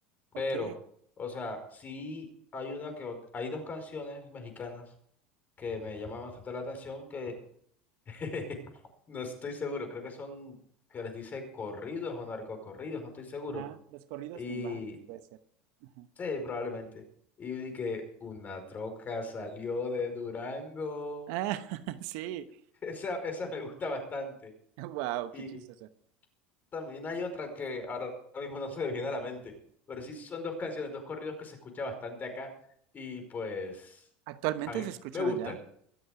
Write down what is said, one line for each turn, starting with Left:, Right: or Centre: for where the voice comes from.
Left: Pero,
Right: Ok,
Left: o sea, sí hay una que ot- hay dos canciones mexicanas que me llaman bastante la atención que <laughs> no estoy seguro. Creo que son que les dice corridos o narcocorridos, no estoy seguro.
Right: ajá, los corridos
Left: Y
Right: tumbados, puede ser. Ajá.
Left: Sí, probablemente. Y yo dije, una troca salió de Durango.
Right: Ah, <laughs> sí.
Left: <laughs> Esa, esa me gusta bastante.
Right: Wow,
Left: Y
Right: qué chistoso.
Left: también hay otra que ahora mismo no se me viene a la mente, pero sí son dos canciones, dos corridos que se escucha bastante acá y pues
Right: ¿Actualmente
Left: a mí
Right: se escuchan
Left: me gustan.
Right: allá?